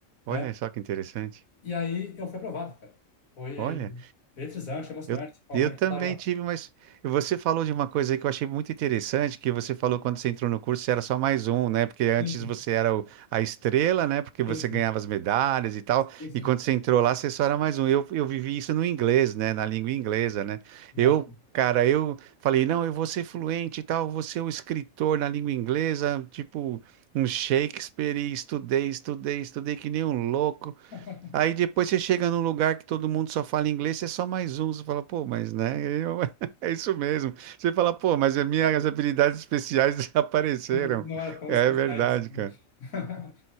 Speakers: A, on the right; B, on the left.
A: Olha
B: né?
A: só que interessante.
B: E aí eu fui aprovado, cara. Foi
A: Olha.
B: eletrizante, emocionante.
A: Eu,
B: Foi
A: eu
B: um momento
A: também
B: que eu tava...
A: tive, mas você falou de uma coisa aí que eu achei muito interessante, que você falou quando você entrou no curso, você era só mais um, né? Porque antes
B: Sim, sim.
A: você era o- a estrela, né? Porque
B: Sim,
A: você
B: sim.
A: ganhava as medalhas e tal,
B: Sim, sim.
A: e quando você entrou lá, você só era mais um. Eu, eu vivi isso no inglês, né? Na língua inglesa, né?
B: Imagina.
A: Eu, cara, eu falei, não, eu vou ser fluente e tal, vou ser o escritor na língua inglesa, tipo um Shakespeare, e estudei, estudei, estudei que nem um louco.
B: <laughs>
A: Aí depois você chega num lugar que todo mundo só fala inglês, você é só mais um. Você fala, pô, mas né? eu- <laughs> É isso mesmo. Você fala, pô, mas as minhas habilidades especiais <laughs> desapareceram.
B: <laughs> não era tão
A: É
B: especiais
A: verdade,
B: assim, né?
A: cara.
B: <laughs>